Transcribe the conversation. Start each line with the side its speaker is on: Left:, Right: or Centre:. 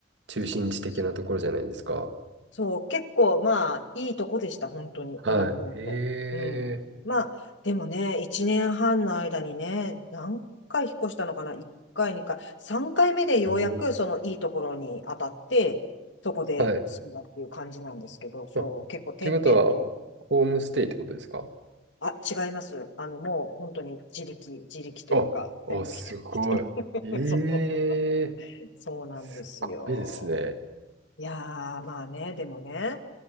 Right: 中心地的なところじゃないですか。
Left: そうそうそう。そう、結構まあ、いいとこでした、本当に、
Right: はい。
Left: 今思うと。
Right: へえ。
Left: うん。まあ、でもね、1年半の間にね、何回引っ越したのかな ?1 回、2回、3回目でようやくそのいいところに当たって、
Right: おー
Left: そこで住んだっていう感じなんですけど、
Right: はい。
Left: そう、
Right: あ、っていうことは、
Left: 結構転々と。
Right: ホームステイってことですか
Left: あ、違います。あの、もう本当に自力、自力というか、
Right: あ、
Left: 全部一人一人。
Right: あ、すごい。
Left: <laughs>
Right: ええ
Left: そうそうそう。そうなんですよ。
Right: すっごいですね。
Left: いやー、まあね、でもね、